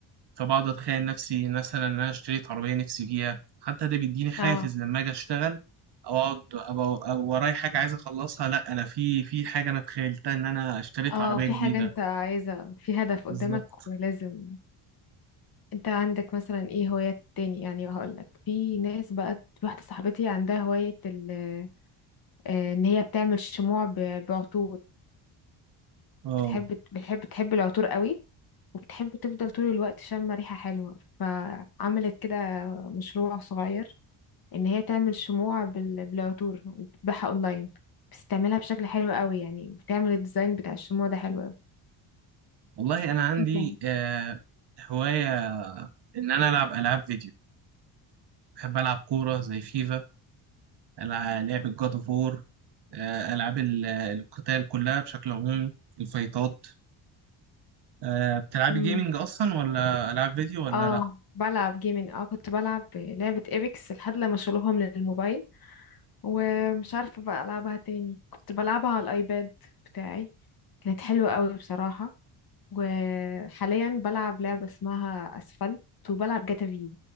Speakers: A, on the right (about 55°); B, on the left (about 45°).
A: فبقعد أتخيل نفسي مثلا إن أنا اشتريت عربية نفسي فيها حتى ده بيديني حافز
B: اه
A: لما أجي أشتغل أو أقعد أبقى أبقى ورايا حاجة عايز أخلصها لأ أنا في في حاجة أنا تخيلتها إن أنا اشتريت
B: اه
A: عربية
B: في
A: جديدة
B: حاجة انت عايزة في هدف قدامك
A: بالظبط
B: ولازم انت عندك مثلا ايه هوايات تاني يعني هقولك في ناس بقى واحدة صاحبتي عندها هواية ال- آه، ان هي بتعمل شموع ب- بعطور
A: اه
B: بتحب بتحب تحب العطور قوي وبتحب تفضل طول الوقت شامة ريحة حلوة فعملت كده مشروع صغير ان هي تعمل شموع بال- بالعطور وبتبيعها اونلاين بتستعملها بشكل حلو قوي يعني بتعمل الديزاين بتاع الشموع ده حلو قوي
A: والله انا عندي
B: انت
A: آه، هوايه ان انا العب العاب فيديو بحب العب كوره زي فيفا ألع- لعبه جاد اوف وور آه، العاب ال- القتال كلها بشكل عمومي الفايتات آه، بتلعبي
B: مم.
A: جيمنج اصلا ولا العاب فيديو ولا
B: اه
A: لا
B: بلعب جيمين اه كنت بلعب لعبة ايبكس لحد لما شالوها من الموبايل ومش عارفة بقى ألعبها تاني كنت بلعبها على الأيباد بتاعي كانت حلوة قوي بصراحة وحاليا بلعب لعبة اسمها أسفلت وبلعب جاتا في